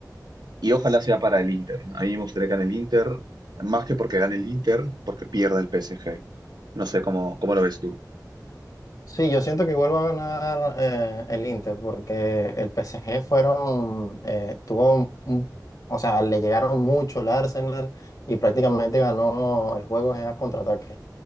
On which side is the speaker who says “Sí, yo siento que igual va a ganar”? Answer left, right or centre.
Left